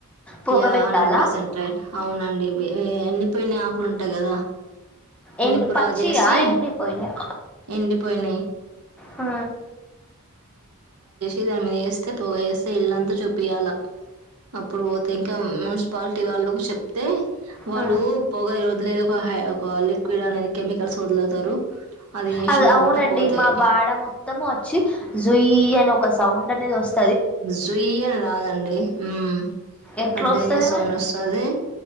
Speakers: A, in the centre; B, on the right (about 80°).
A: పొగబెట్టాలా?
B: యా హండ్రెడ్ పర్సెంట్ ఏ అవునండి ఎన్నిపోయిన ఆకులు ఉంటాయి కదా
A: ఎన్
B: నిప్పు
A: పచ్చియా
B: రా చేసి
A: ఎండిపోయినయా?
B: ఎండిపోయినాయి
A: ఆ
B: ఇది ఆమె ఏస్తే పొగ ఏస్తే ఇల్లంతా చూపియాల అప్పుడు పోతే ఇంకా మ మున్సిపాలిటీ వాళ్ళ చెప్తే వాళ్ళు
A: హ్మ్.
B: పోగలి లేదు ఒక హై ఒక లిక్విడ్ అనేది కెమికల్స్ వదులుతారు అది వేసినా
A: అద్ అవునండి
B: కూడా పోతాయి
A: మా వాడ మొత్తము వచ్చి జుయ్ అని ఒక సౌండ్ అనేది వస్త్
B: జుయ్యని రాదండి ఉ
A: ఎట్లొస్తది
B: అ డేంజర్ సౌండ
A: మరి?
B: వస్తది